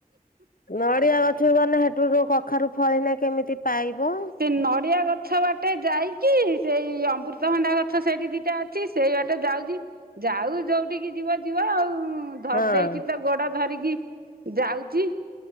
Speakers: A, on the left; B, on the right.
A: ନଡିଆ ଗଛକୁ ଗଲେ ହେଠୁ କଖାରୁ ଫଳିନା କେମିତି ପାଇବୁ
B: ସେ ନଡିଆ ଗଛ ବାଟେ ଯାଇ କି ସେଇ ଅମୃତଭଣ୍ଡା ଗ ତ ସେଇଠି ଦି ଅଛି ସେଇ ବାଟେ ଯାଉଛି। ଯାଉ ଯୋଉଠିକି ଯିବ ଯିବ ଆଉ ଧରି
A: ହଁ।
B: ଦେଇଛି ତ ଗୋଡ ଧରିକି ଯାଉଛି।